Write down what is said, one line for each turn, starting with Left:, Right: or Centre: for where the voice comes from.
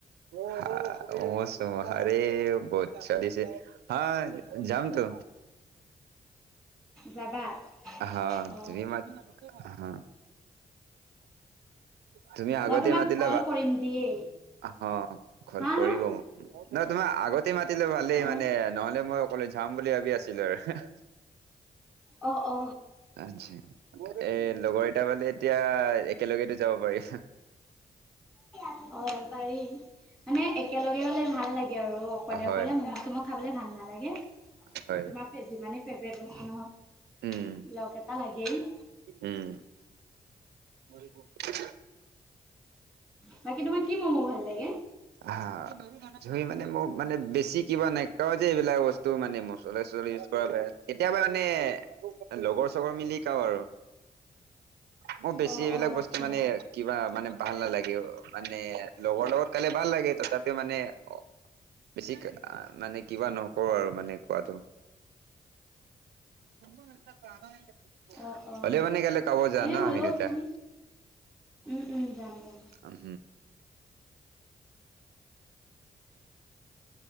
Right: <unintelligible> ম'ম চ'ম হাৰে <unintelligible> দিছে হা যামতো
Centre: যাবা
Right: হ,
Centre: অ
Right: তুমি মাত হ তুমি আগতে
Centre: মই তোমাক
Right: মাতিলে
Centre: কল কৰিম দিয়েই
Right: অ', ক'ল
Centre: হা
Right: কৰিব
Centre: হা
Right: মোক, ন' তোমাৰ আগত তি, মাতিলে ভালেই
Centre: অ
Right: মানে নহ'লে মই অকলে যাম বুলি ভাবি আছিলোঁ আৰু।
Centre: অ অ
Right: আচ্ছা। এ লগৰ এটা পালে এতিয়া একেলগেতো যাব পাৰি।
Centre: অ', পাৰি মানে একেলগে গ'লে ভাল লাগে আৰু অক অকলে,
Right: অ হয়
Centre: অকলে ম'ম চম' খাবলে ভাল নালাগে
Right: হয়
Centre: তোমাৰ যিমানেই ফেভৰেট বস্তু নহওঁক।
Right: উম,
Centre: লগ এটা লাগেই।
Right: উম, <unintelligible>
Centre: বাকী তোমাৰ কি ম'ম ভাল লাগে?
Right: হা ধুই মানে মোৰ মানে বেছি কিবা নাখাওঁ যে, এইবিলাক বচ তো মানে মছলা চ <unintelligible> <unintelligible> কেতিয়াবা মানে লগৰ চগৰ মিলি খাওঁ আৰু! মোৰ বেছি
Centre: অ
Right: এইবিলাক
Centre: অ আচ্ছা
Right: বস্তু মানে কিবা মানে ভাল নালাগে অ' মানে লগৰ লগত খালে ভাল লাগে তথাপিও মানে অ বেছি মানে কিবা নকৰোঁ আৰু মানে কোৱাটো! <inaudible>
Centre: অ অ
Right: হ'লেও মানে কাইলৈ কাব যাম
Centre: এনে
Right: ন
Centre: হ'লেও
Right: আমি দুটা।
Centre: তুম উম উম যাম যাম।
Right: উম